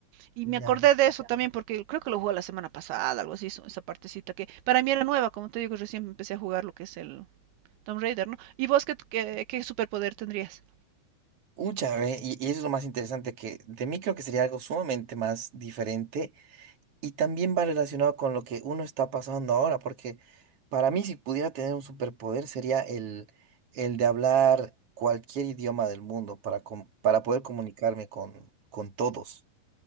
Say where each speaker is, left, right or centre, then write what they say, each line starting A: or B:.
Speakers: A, on the right; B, on the right.
A: Y
B: ya.
A: me acordé de eso también porque creo que lo jugué la semana pasada, algo así, eso- esa partecita que para mí era nueva, como te digo, recién empecé a jugar lo que es el Tomb Raider, ¿no? ¿Y vos qué, qué, qué superpoder tendrías?
B: Mucha, ve, y, y eso es lo más interesante, que de mí creo que sería algo sumamente más diferente y también va relacionado con lo que uno está pasando ahora, porque para mí si pudiera tener un superpoder sería el, el de hablar cualquier idioma del mundo para, com- para poder comunicarme con, con todos.